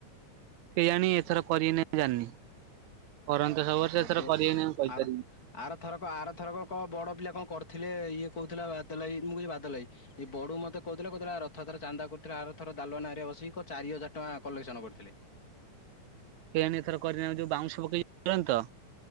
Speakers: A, on the right; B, on the left.
A: କେହି ଆଣି ଏଥର କରିଏନାଇ ଜାଣିନି କରନ୍ତି ସବୁବର୍ଷ
B: ସବୁ
A: ଏଥର
B: ବର୍ଷ
A: କରିଏ ନାଇଁ ମୁଁ କହିପାରିବିନି।
B: ଆର ଆରଥରକ ଆରଥରକ କହ ବଡ ପିଲା କଣ କରିଥିଲେ ଇଏ କହୁଥିଲା ବାଦଲ ଭାଇ ମୁଁ କିହିଲି ବାଦଲ ଭାଇ। ଏଇ ବଡୁ ମତେ କହୁଥିଲା କହୁଥିଲା ରଥ ଯାତ୍ରା ଚାନ୍ଦା କରୁଥିଲା ଆରଥର ଦାଲୁଆ ନାଁ ହରିକା ବସିକି କ ଚାରି ହଜାର ଟଙ୍କା କଲେକ୍ସନ କରିଥିଲେ।
A: କେୟାଣି ଏଥର କରିନାହାନ୍ତି ଯୋଉ ବାଉଁଶ ପକେଇ କରନ୍ତି ତ?